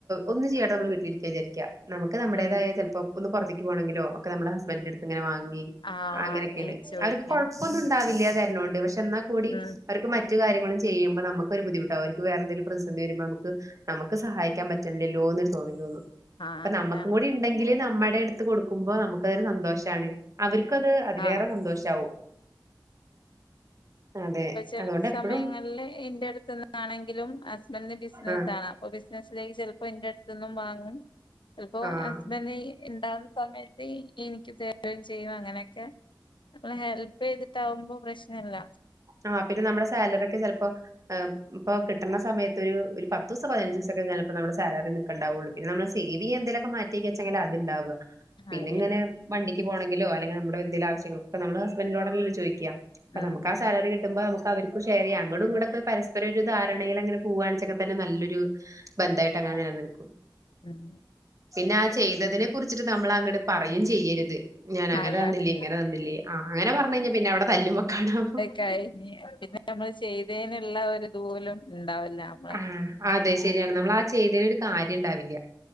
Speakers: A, on the right; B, on the left.
A: ഒന്നും ചെയ്യാണ്ട നമ്മള് വീട്ടിലിരിക്ക വിചാരിക്ക നമുക്ക് നമ്മടേതായ
B: ഉം
A: ചൽപ്പോ ഒന്ന് പൊറത്തേക്ക് പോകണെങ്കിലോ ഒക്കെ നമ്മ ഹസ്ബൻഡറടുത്ത്ന്ന് വാങ്ങി....
B: ആഹ് വാങ്ങി
A: അങ്ങനെയൊക്കെണ്
B: ചോയിക്കണം
A: അവര്ക്ക് കൊഴപ്പൊന്നും ഇണ്ടാവില്ല തരന്നോണ്ട് പക്ഷെ എന്നാ കൂടി.
B: ഉം
A: അവർക്ക് മറ്റു കാര്യങ്ങള് ചെയ്യുമ്പോ നമ്മക്ക് ഒരു ബുദ്ധിമുട്ടാ അവര്ക്ക് വേറെന്തെങ്കിലും പ്രതിസന്തിവരുമ്പോ നമക്ക് നമുക്ക് സഹായിക്കാൻ പറ്റ്ണ്ല്ലല്ലോന്ന് തോന്നലോള്ളൂ
B: ആഹ്
A: അപ്പൊ നമ്മക്കും
B: അതാണ്
A: കൂടി ഉണ്ടെങ്കില് നമ്മുടെ അടു. ത്ത് കൊടുക്കുമ്പോ നമുക്കതൊരു സന്തോഷാണ് അവര്ക്കത് അതിലേറെ
B: ആഹ്
A: സന്തോഷമാവും. അതെ.
B: ചല
A: അതുകൊണ്ട്
B: സമയങ്ങളില്
A: എപ്പഴും
B: ഇന്റെട്ത്ത്ന്നാണെങ്കിലും ഹസ്ബൻഡന് ബിസിനസ്
A: ആഹ്
B: കാണാം.. അ ബിസിനസിലേക്ക് ചെലപ്പോ എന്റെ അടുത്ത്ന്നും വാങ്ങും ചിലപ്പോ
A: ആഹ്
B: ഹസ്ബൻ ഇണ്ട. സമയത്ത് ഇനിക്ക് തരും ചെയ്യും അങ്ങനെയൊക്കെ നമ്മളെ ഹെൽപ് ചെയ്തിട്ടാവുമ്പോൾ.. പ്രശ്നല്ല....
A: ആഹ പിന്നെ നമ്മുടെ സാലറി ഒക്കെ ചെപ്പോ..... ഇപ്പൊ കിട്ടണ സമയത്ത് ഒരു പതുസോ പതിനഞ്ച്സൊക്കെ ചെലപ്പോ നമ്മടെ സാലറി നിക്ക്ണ്ടാവൊള്ളൂ പിന്ന നമ്മള് സേവിയെ എന്തെലൊക്കെ മാറ്റിവെക്കണേങ്കിൽ അത്ണ്ടാവ.. പിന്നെ
B: അതെ
A: ഇങ്ങനെ വണ്ടിക്ക് പോണെങ്കിലോ അല്ലെങ്കിൽ നമ്മുടെ എന്തെലും ആവശ്യങ്ങൾകൊക്കെ ഇപ്പൊ നമ്മള് ഹസ്ബൻറിനോട്ല്ലെ ചോയ്ക്കാ...
B: ഉം.
A: ക്കാ സാലറി കിട്ടുമ്പോ നമുക്ക് അവർക്കും ഷെയറെയ്യാം അങ്ങടും ഇങ്ങടും ഒകെ പരസ്പരം ഒരു ധാരണയിൽ അങ്ങനെ പോവാണ്ച്ചങ്കി നല്ലൊരു. ബന്ധായിട്ട് അങ്ങനെ നിലനിൽക്കും.
B: ഉം.
A: പിന്നെ ആ ചെയ്തതിനെ കുറിച്ചിട്ട് നമ്മൾ അങ്ങട്ട് പറയും ചെയ്യര്ത്. ഞാൻ അങ്ങനെന്നില്ലെ
B: അതാണ്
A: ഇങ്ങനെന്നില്ലേ ആ അങ്ങനെ പറഞ്ഞു കഴിഞ്ഞാ പിന്നവിടെ തല്ലുമ്മകാണവും.
B: കഴിഞ് പിന്നെ നമ്മള് ചെയ്തേന്ള്ള ഒരിത്പോലും ഇണ്ടാവില്ല നമ്മളെ.
A: ആ അതെ ശരിയാണ് നമ്മൾ ആ ചെയ്തേന് ഒരു കാര്യം ഇണ്ടാവില്ല.